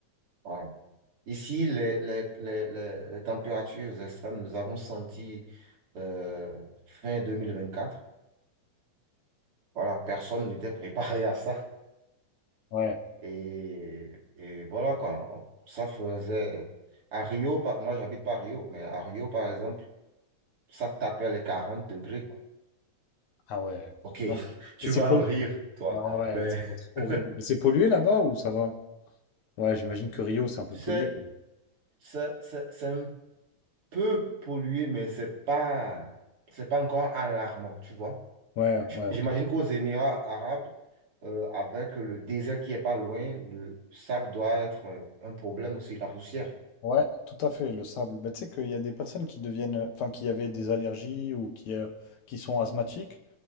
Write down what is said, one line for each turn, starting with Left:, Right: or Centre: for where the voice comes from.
Right: waouh. Ici, les, les, les, les, les températures extrêmes, nous avons senti euh, fin 2024. Voilà, personne n'était préparé à ça.
Left: Ouais,
Right: Et, et voilà quoi. Ça faisait. À Rio, par- moi, j'habite pas à Rio, mais à Rio, par exemple, ça tapait les 40 degrés, quoi.
Left: ah ouais.
Right: Ok,
Left: Non.
Right: <laughs> tu
Left: Et c'est
Right: vas
Left: pollué.
Right: en rire, toi.
Left: Ouais, ouais,
Right: Mais
Left: ça doit être horrible.
Right: <laughs>
Left: Et c'est pollué là-bas ou ça va? Ouais, j'imagine que Rio, c'est un peu
Right: tu
Left: pollué.
Right: sais, c'est c'est- c'est- c'est un peut polluer, mais c'est pas, c'est pas encore alarmant, tu vois.
Left: Ouais,
Right: Je-
Left: ouais, ok.
Right: J'imagine qu'aux Émirats arabes, euh, avec le désert qui est pas loin, le sable doit être euh, un problème aussi, la poussière.
Left: Ouais, tout à fait, le sable. Bah, tu sais qu'il y a des personnes qui deviennent, euh, enfin, qui avaient des allergies ou qui, euh, qui sont asthmatiques